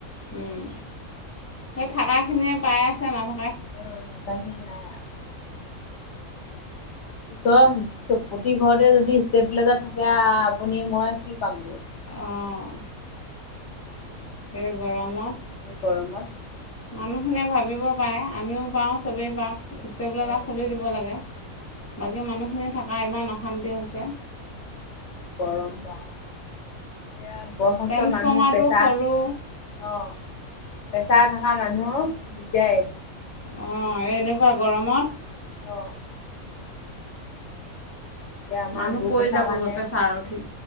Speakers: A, on the left; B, on the left.
A: হুম, হেই, থাকাখিনিয়ে পাই আছে, নাথা
B: উম, বাহিৰ নাই আ ওচৰৰ প্ৰতি ঘৰতে যদি ষ্টেট প্লেজাৰ থাকে আ-আপুনি মই কি পামগৈ?
A: অঁ এই গৰমত
B: এই গৰমত
A: মানুহখিনিয়ে ভাবিব পাৰে আমিও পাওঁ চবেই পাওক। ষ্টেবলেজাৰ
B: অ
A: খুলি দিব লাগে। বাকী মানুহখিনি থাকা ইমান অশান্তি হৈছে।
B: গৰম বা এয়া বয়সস্থ
A: ট্ৰেন্সফৰ্মাৰটো
B: মানুহক পেচা
A: সৰু
B: অ, পেচাৰ থকা মানুহো দিগদাৰে।
A: অ, এই এনেকুৱা গৰমত
B: অ'। এতিয়া আমাৰ
A: মানুহ
B: ল'
A: পৰি
B: প্ৰেছাৰ
A: যাবগৈ
B: কাৰণে
A: পেছাৰ উঠি,